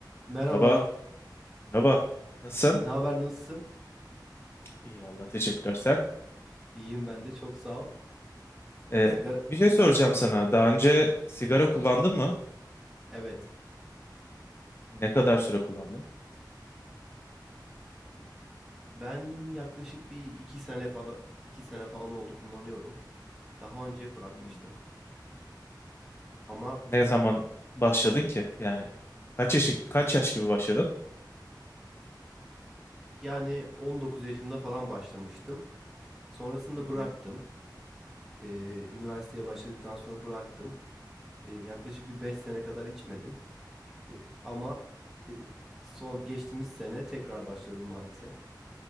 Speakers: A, in the centre; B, on the left.
A: Merhaba.
B: Merhaba. Merhaba. Nasılsın?
A: Ne haber, nasılsın?
B: İyi valla teşekkürler sen.
A: İyiyim ben de, çok sağ ol.
B: Ee,
A: Sigara...
B: bir şey
A: s-
B: soracağım sana. Daha önce sigara kullandın mı?
A: Evet.
B: Ne kadar süre kullandın?
A: Ben yaklaşık bir iki sene falan iki sene falan oldu kullanıyorum. Daha önce bırakmıştım
B: Hmm.
A: ama
B: Ne zaman başladın
A: sonra
B: ki? Yani kaç yaş kaç yaş gibi başladın?
A: yani 19 yaşımda falan başlamıştım. Sonrasında
B: Hı hı.
A: bıraktım. Ee, üniversiteye başladıktan sonra bıraktım. Ee, yaklaşık bir 5 sene kadar içmedim. Ee, ama son geçtiğimiz sene tekrar başladım maalesef.